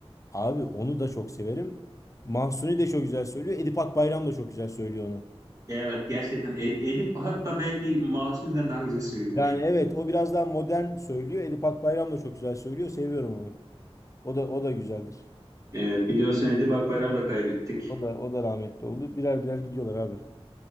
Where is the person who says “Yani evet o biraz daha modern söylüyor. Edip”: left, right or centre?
Left